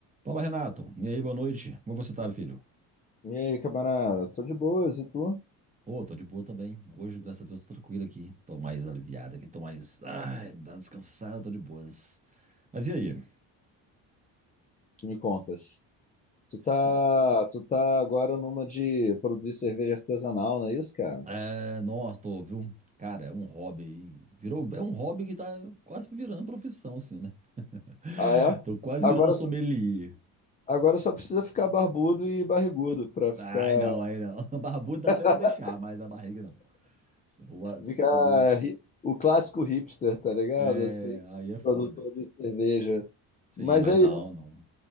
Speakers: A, on the right; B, on the left.
A: Fala, Renato. E aí, boa noite. Como você tá, meu filho?
B: E aí, camarada? Tô de boas, e tu?
A: Ô, tô de boa também. Hoje, graças a Deus, tô tranquilo aqui. Tô mais aliviado aqui, tô mais. Ai, dá uma descansada, tô de boas. Mas e aí?
B: Que me contas? Tu tá,
A: Ué,
B: tu tá agora numa de produzir cerveja artesanal, não é isso, cara?
A: É, nossa, tô, viu? Cara, é um hobby aí. Virou, é um hobby que tá quase virando profissão, assim, né?
B: Ah,
A: <laughs>
B: é?
A: Tô quase
B: Agora
A: virando sommelier.
B: só, agora só precisa ficar barbudo e barrigudo pra ficar,
A: Ai, não, aí não. <laughs> Barbudo dá
B: <laughs>
A: até pra deixar, mas a barriga não. Se eu, vou- se
B: ficar
A: eu deixo-
B: hi- o clássico hipster, tá ligado?
A: É,
B: Assim,
A: aí é foda.
B: produtor de cerveja.
A: Sim,
B: Mas
A: mas
B: aí,
A: não, não.